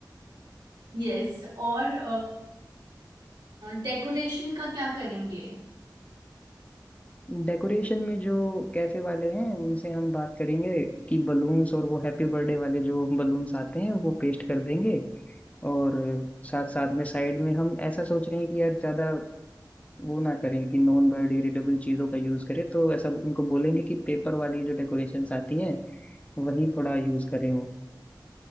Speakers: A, on the right (about 70°); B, on the left (about 20°).
A: यस और डेकोरेशन का क्या करेंगे
B: डेकोरेशन में जो कैफे वाले हैं उनसे हम बात करेंगे कि बलून्स और वो हैप्पी बर्थडे वाले जो बलून्स आते हैं वो पेस्ट कर देंगे और साथ साथ में साइड में हम ऐसा सोच रहे हैं कि यार ज्यादा वो ना करें कि नॉन बायोडिग्रेडेबल चीज़ों का यूज़ करें तो ऐसा उनको बोलेंगे कि पेपर वाली जो डेकोरेशंस आती हैं वही थोड़ा यूज़ करें वो